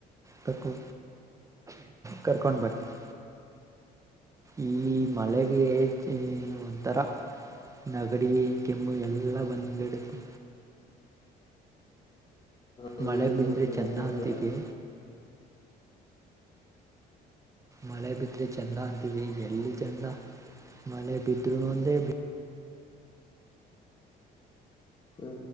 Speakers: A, on the right; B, on the left.
A: ಕರ್ಕು ಕರ್ಕೊಂಡು ಬರ್ತೀನಿ ಈ ಮಳೆಗೆಜ್ ಒಂಥರ ನಗಡಿ ಕೆಮ್ಮು ಎಲ್ಲ ಬಂದ್ಬಿಡುತ್ತೆ
B: ಹೌದು
A: ಮಳೆ
B: ಈಗ
A: ಬಿಂದ್ರೆ ಚೆಂದಂತಿಗೆ
B: ಮಳೆಗಾಲ ಅಲ್ವಾ
A: ಮಳೆ ಬಿದ್ರೆ ಚಂದ ಅಂತವಿ ಎಲ್ಲಿ ಚಂದ ಮನೆ ಬಿದ್ರು ನಂದೇ
B: ಹಾ